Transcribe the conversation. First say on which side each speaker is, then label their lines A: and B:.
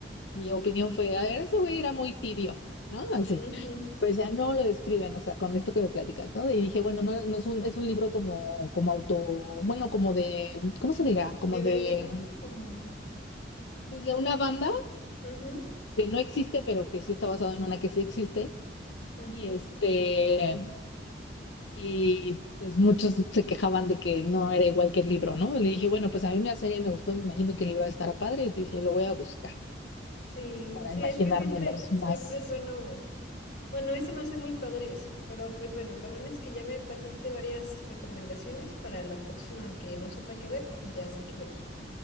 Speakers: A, on the left; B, on the left.
A: mi opinión fue, a ver, ese güey era muy tibio, ¿no? Así,
B: ujú.
A: pues ya no lo describen, o sea, con esto que me platicas, ¿no? Y dije, bueno, no, no es un, es un libro como, como auto, bueno, como de, ¿cómo se dirá? Como
B: Biográfico,
A: de...
B: como.
A: Pues de una banda
B: ujú,
A: que no existe, pero que sí está basado en una que sí existe.
B: Ajá.
A: Y este, y pues muchos se quejaban de que no era igual que el libro, ¿no? Le dije, bueno, pues a mí la serie me gustó, me imagino que el libro estará padre, y te dije, lo voy a buscar
B: Sí,
A: para
B: sí,
A: imaginármelos
B: es que siempre, siempre
A: más
B: es bueno. Bueno, a mí se me hace muy padre eso, pero pues bueno, lo bueno es que ya me pasaste varias recomendaciones para la próxima que no sepa qué ver, ya sé qué ver.